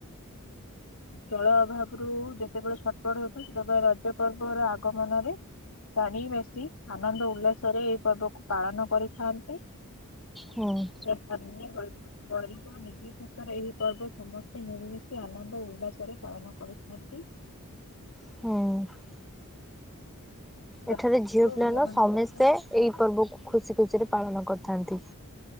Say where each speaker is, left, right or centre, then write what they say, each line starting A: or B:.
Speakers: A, on the left (about 70°); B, in the centre.
A: ଜଳ ଅଭାବରୁ ଯେତେବେଳେ ସଟପଟ ହଉଛି ସେତେବେଳେ ରଜ ପର୍ବର ଆଗମନରେ ଜାଣି ବେଶୀ ଆନନ୍ଦ ଉଲ୍ଲାସରେ ଏଇ ପର୍ବକୁ ପାଳନ କରିଥାନ୍ତି।
B: ହୁଁ।
A: <unintelligible> ଗରିବ ନିର୍ବିଶେଷରେ ଏହି ପର୍ବ ସମସ୍ତେ ମିଳିମିଶି ଆନନ୍ଦ ଉଲ୍ଲାସରେ ପାଳନ କରୁଥାନ୍ତି।
B: ହଁ।
A: ରଜ
B: ଏଠାରେ
A: ପର୍ବ
B: ଝିଅ ପିଲାନୁହେଁ
A: ଓଡିଆ ମାନଙ୍କର
B: ସମସ୍ତେ
A: ଏକ ଜାତୀୟ
B: ଏଇ
A: ପର୍ବ
B: ପର୍ବକୁ ଖୁସି ଖୁସିରେ ପାଳନ କରିଥାନ୍ତି।